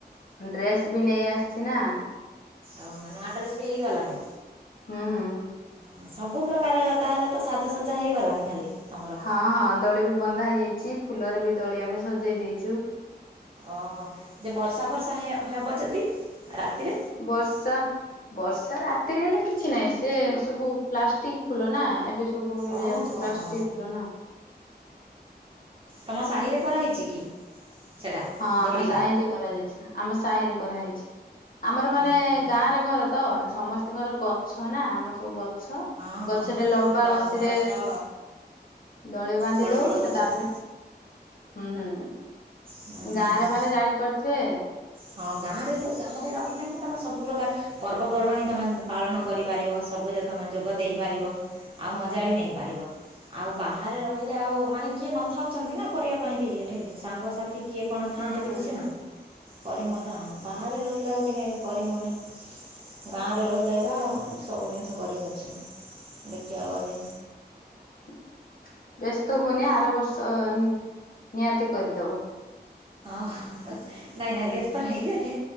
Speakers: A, on the left (about 55°); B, on the right (about 30°).
A: ଡ୍ରେସ ବି ନେଇ ଆସିଛି ନାଁ।
B: ଓ ହୋ ନୂଆ ଆଡ୍ରେସ ବି ହେଇଗଲାଣି?
A: ହୁଁ ହୁଁ।
B: ହଁ ସବୁ ପ୍ରକାର ତାହେଲେ ତ ସାଜସଜା ହେଇଗଲାଣି ଖାଲି। ତମର।
A: ହଁ ହଁ ଦୋଳି ବି ବନ୍ଧା ହେଇଯାଇଛି ଫୁଲରେ ବି ଦଳି ଆମେ ସଜେଇ ଦେଇଛୁ।
B: ଓହୋ ଯେ ବର୍ଷା ବର୍ଷା ହବ ଯଦି ରାତିରେ
A: ବର୍ଷା ବର୍ଷା ରାତିରେ ହେଲେ କିଛି ନାହିଁ ସେ ସବୁ ପ୍ଲାଷ୍ଟିକ ଫୁଲ ନା ଏବୁ ସବୁ ମିଳିଯାଉଛି
B: ଓହୋ
A: ପ୍ଲାଷ୍ଟିକ
B: ହୋ
A: ନା
B: ତୁମ ସାହିରେ କରାହୋଇଛି କି? ସେଟା
A: ହଁ ଆମ
B: ଦୋଳିଟା
A: ସାହିରେ କରାଯାଇଛି ଆମ ସାହିରେ କରାହେଇଛି। ଆମର ମାନେ
B: ହୁଁ ହୁଁ
A: ଗାଁ ର ଘର ତ ସମସ୍ତଙ୍କର ଗଛ ନା ଆମର ସବୁ ଗଛ ଗଛ
B: ହଁ
A: ଗଛରେ
B: ହଁ ହଁ
A: ଲମ୍ବା
B: ହଁ
A: ରସିରେ
B: ବଡ଼ ବଡ଼
A: ଦଳି ବାନ୍ଧି
B: ବଡ଼
A: ଦଉ
B: ବଡ଼
A: ସେ
B: ଗଛ
A: ତାପରେ
B: ନା
A: ହୁଁ ହୁଁ
B: ହୁଁ
A: ଗାଁରେ
B: ହୁଁ ହୁଁ
A: ମାନେ ଜାଣି ପାରୁଥିବେ।
B: ହଁ ଗାଁ ରେ ତ ଗାଁ ରେ ରହିଲେ ହିଁ ତମେ ସବୁ ପ୍ରକାର ପର୍ବପର୍ବାଣିୀ ତମ ପାଳନ କରିପାରିବ ସବୁ ତମେ ଯୋଗ ଦେଇପାରିବ ଆଉ ମଜା ବି ନେଇପାରିବ। ଆଉ ବାହାରେ ରହିଲେ ଆଉ ମାନେ କିଏ ନଥାଉଛନ୍ତି ନା କରିବା ପାଇଁ ବି ଏଠି ସାଙ୍ଗସାଥି କିଏ କଣ
A: ହୁଁ
B: ଥାଆନ୍ତେ
A: ହୁଁ
B: ବୋଲି ସିନା କରି ହୁଅନ୍ତା ବାହାରେ ରହିଲା ଆଉ ଟିକେ କରିହଉନି। ଗାଁରେ ରହିଲେ ଏ ସବୁ ଜିନିଷ କରିହଉଛି ଦେଖିବାକୁ ଗଲେ।
A: <inaudible> ବ୍ୟସ୍ତ ହୁନି ଆର ବର୍ଷ ନିହାତି କରିଦବ
B: ହଁ ନାଇଁ ନାଇଁ ବ୍ୟସ୍ତ ନଯ